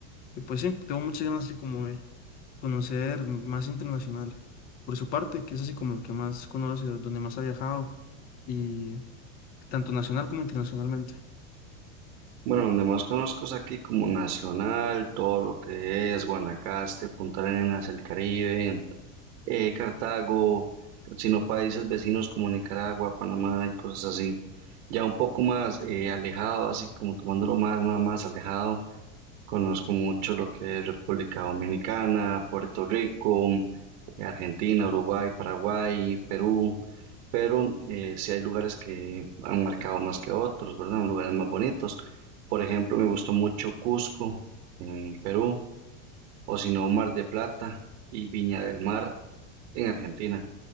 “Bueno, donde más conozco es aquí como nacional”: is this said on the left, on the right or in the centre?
Right